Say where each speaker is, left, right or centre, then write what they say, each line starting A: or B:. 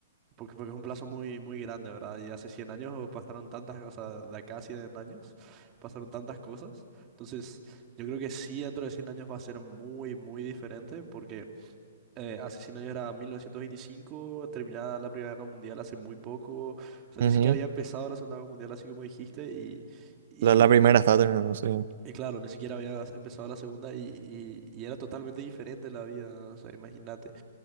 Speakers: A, on the right; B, on the right.
A: porque, porque es un plazo muy, muy grande, ¿verdad? Y hace 100 años pasaron tantas cosas, de acá a 100 años pasaron tantas cosas. Entonces, yo creo que sí, dentro de 100 años va a ser muy, muy diferente, porque eh, hace 100 años era 1925, terminada la Primera Guerra Mundial hace muy poco, o sea,
B: Ujú.
A: ni siquiera había empezado la Segunda Guerra Mundial, así como dijiste, y, y,
B: La, la primera está terminando, sí.
A: y claro, ni siquiera había empezado la Segunda y, y, y era totalmente diferente la vida, o sea, imagínate.